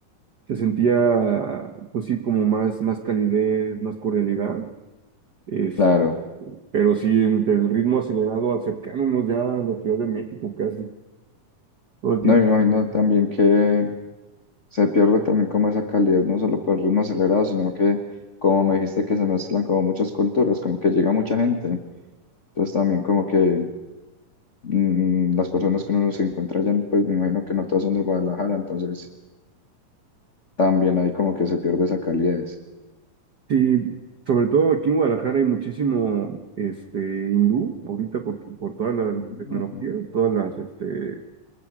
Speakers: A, on the right (about 80°); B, on the left (about 80°).
A: se sentía, pues sí, como más, más calidez, más cordialidad. Es,
B: Claro.
A: pero sí, entre el ritmo acelerado, acercándonos ya a la Ciudad de México casi, todo el
B: No,
A: tiempo.
B: y me imagino también que se pierde también como esa calidad, no solo por el ritmo acelerado, sino que como me dijiste que se mezclan como muchas culturas, como que llega mucha gente. Entonces también como que mm, las personas que uno se encuentra allá, pues me imagino que no todas son de Guadalajara, entonces también ahí como que se pierde esa calidez.
A: Sí, sobre todo aquí en Guadalajara hay muchísimo este, hindú ahorita por, por toda la,
B: Ah.
A: la tecnología, todas las este,